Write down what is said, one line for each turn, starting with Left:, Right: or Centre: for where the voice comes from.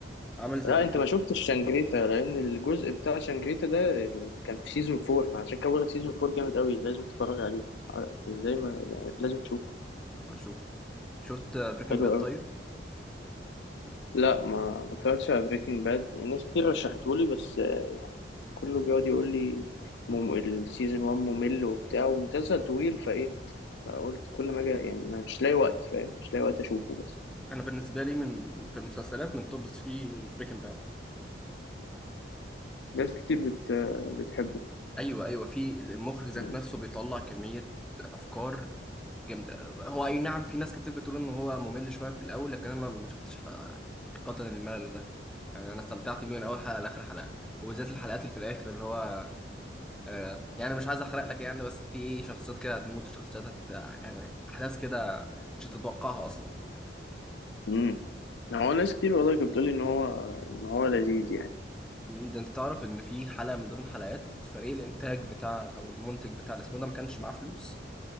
Centre: عامل زي
Left: لا
Centre: في
Left: انت ما شفتش شانجريتا لان الجزء بتاع شانجريتا ده كان في سيزون 4 أنا عشان كده بقول لك سيزون 4 جامد قوي لازم تتفرج عليه ازاي ما يعني لازم تشوفه
Centre: طب اشوف شفت بريكنج
Left: حلو
Centre: باد
Left: قوي
Centre: طيب
Left: لا ما ما اتفرجتش على بريكنج باد ناس كتير رشحته لي بس آه، يعني كله بيقعد يقول لي مم... السيزون 1 ممل وبتاع ومسلسل طويل فايه فقلت كل ما اجي يعني ما- مش لاقي وقت فاهم مش لاقي وقت اشوفه بس
Centre: انا بالنسبه لي من في المسلسلات من توب 3 بريكنج باد
Left: ناس كتير بت... بتحبه
Centre: ايوه ايوه في المخرج ذات
Left: مم.
Centre: نفسه بيطلع كميه افكار جامده هو اي نعم في ناس كتير بتقول ان هو ممل شويه في الاول لكن انا ما شفتش ح- حقيقه الملل ده يعني انا استمتعت بيه من اول حلقه لاخر حلقه وبالذات الحلقات اللي في الاخر اللي هو آه يعني مش عايز احرق لك يعني بس في شخصيات كده هتموت وشخصيات هت يعني احداث كده مش هتتوقعها اصلا
Left: مم. هو ناس كتير والله كانت بتقولي ان هو ان هو لذيذ يعني
Centre: مم، ده انت تعرف ان في حلقه من ضمن حلقات فريق الانتاج بتاع او المنتج بتاع الاسم ده ما كانش معاه فلوس